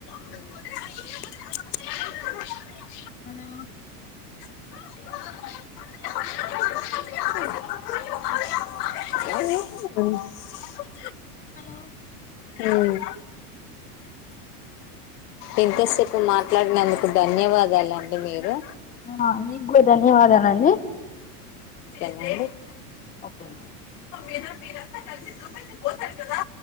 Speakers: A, on the left (about 80°); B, on the left (about 15°).
A: <unintelligible>
B: హలో
A: <inaudible> <unintelligible>
B: హలో
A: ఉమ్ ఇంతసేపు మాట్లాడినందుకు ధన్యవాదాలండి మీరు
B: ఆ మీకు ధన్యవాదలండీ
A: ఏంది
B: ఓకేనా
A: మీరు మీరంతా కలిసి దుమ్మెత్తి పోషారు కదా